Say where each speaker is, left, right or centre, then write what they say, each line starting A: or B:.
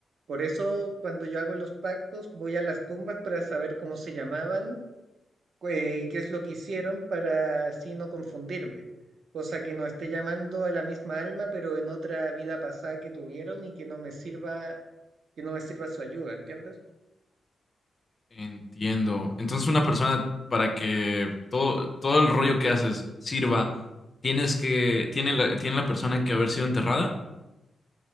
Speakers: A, on the right; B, on the left.
A: Por eso, cuando yo hago los pactos, voy a las tumbas para saber cómo se llamaban, eh, y qué es lo que hicieron para así no confundirme. Cosa que no esté llamando a la misma alma, pero en otra vida pasada que tuvieron y que no me sirva, que no me sirva su ayuda, ¿entiendes?
B: Entiendo. Entonces una persona para que todo, todo el rollo que haces sirva, tienes que, tiene la, tiene la persona que haber sido enterrada.